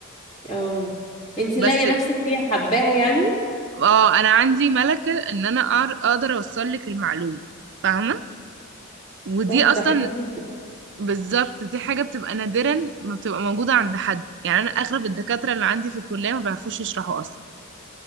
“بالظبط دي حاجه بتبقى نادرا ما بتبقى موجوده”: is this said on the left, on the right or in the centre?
Right